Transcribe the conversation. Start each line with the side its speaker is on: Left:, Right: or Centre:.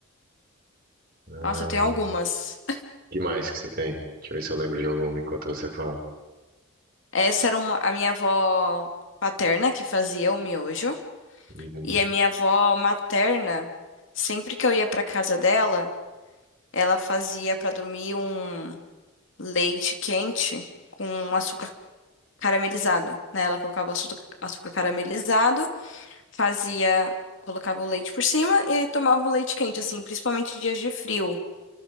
Right: Ah,
Left: Nossa, eu tenho algumas.
Right: que mais que você tem? Deixa eu ver se eu lembro de alguma enquanto você fala.
Left: Essa era uma, a minha avó paterna que fazia o miojo.
Right: Uhum,
Left: E a minha avó materna, sempre que eu ia pra casa dela, ela fazia pra dormir um leite quente com açúcar caramelizado, né? Ela colocava açu- açúcar caramelizado, fazia, colocava o leite por cima e tomava o leite quente, assim, principalmente em dias de frio.